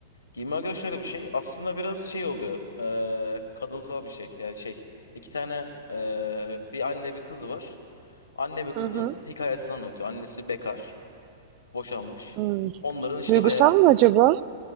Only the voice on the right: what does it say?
Hı hı.
Hmm.
Duygusal
mı acaba?